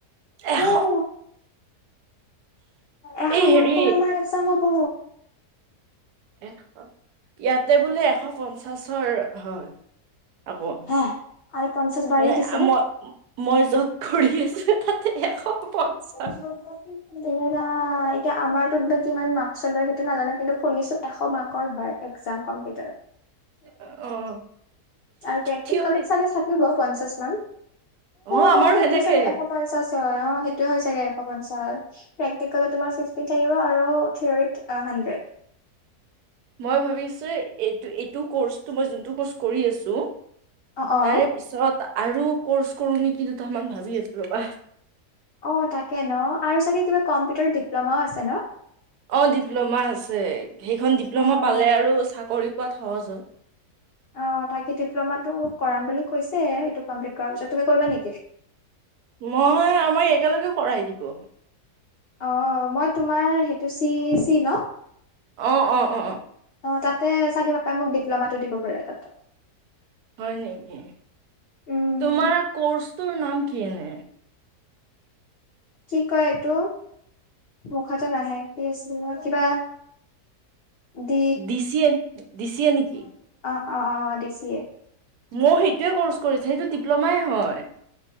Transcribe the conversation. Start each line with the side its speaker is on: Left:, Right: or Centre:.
Right: এশ
Left: অ! এশ
Right: এই
Left: মাৰ্কৰ
Right: হেৰি
Left: আমাৰ একজাম হ'ব!
Right: ইয়াতে বোলে এশ পঞ্চাশৰ হয়৷ আকৌ
Left: হে আৰু পঞ্চাশ বাঢ়ি
Right: এ
Left: দিছে
Right: মই-মই য'ত কৰি আছো তাতে এশ পঞ্চাশ
Left: তেহেৰা আ এতিয়া আমাৰ তোত বা কিমান মাৰ্ক লয় সেইটো নাজানো কিন্তু শুনিছো এশ মাৰ্কৰ হয় এক্জাম কম ভিতত
Right: অ
Left: আৰু প্ৰেক্টিকেলত
Right: থিয়ৰিত
Left: চাগে থাকিব পঞ্চাশ মান?
Right: অ
Left: অ
Right: আমাৰো
Left: সেইটো
Right: সেনেকে
Left: চাগে এশ পঞ্চাশ হয় অ সেইটোৱে হয় চাগে এশ পঞ্চাশ পেক্তিকেলৰ তোমাৰ ফ্ৰীফ- থাকিব <unintelligible> আৰু ট্ৰীয়ৰিত আ হান্ড্ৰড৷
Right: মই ভাবিছোঁ এইটো ইটো কৰ্চটো মই যোনটো কৰ্চ কৰি আছোঁ
Left: অ', অ',
Right: তাৰে পিছত আৰু কৰ্চ কৰোঁ নেকি দুটামান ভাবি আছোঁ ৰ'বা৷
Left: অ তাকে ন আৰু চাগে কিবা কম্পিউটাৰত ডিপ্ল'মাও আছে ন?
Right: অ ডিপ্ল'মা আছে সেইখন ডিপ্ল'মা
Left: অ',
Right: পালে আৰু চাকৰি পোৱাত সহজ হয়৷
Left: অ তাকে ডিপ্ল'মাটো কৰাম বুলি কৈছে এইটো কমপ্লিট কৰাৰ পিছত তুমি কৰিবা নেকি?
Right: মই আমাৰ একেলগে কৰাই দিব।
Left: অ মই তোমাৰ সেইটো চি চি ন?
Right: অ-অ-অ-অ
Left: অ তাতে চাগে পাপাই মোক ডিপ্ল'মাটো দিব পাৰে তাতে৷
Right: হয় নেকি
Left: উম,
Right: তোমাৰ কৰ্চটোৰ নাম কি এনে?
Left: কি কয় এইটো মুখতে নাহে কি আছিলে কিবা দি
Right: দিছিএ-দিছিএ নেকি?
Left: অ-অ-অ দিছিয়ে
Right: মও সেইটোৱে ক'ৰ্চ কৰিছে। সেইটো ডিপ্ল'মাই হয়।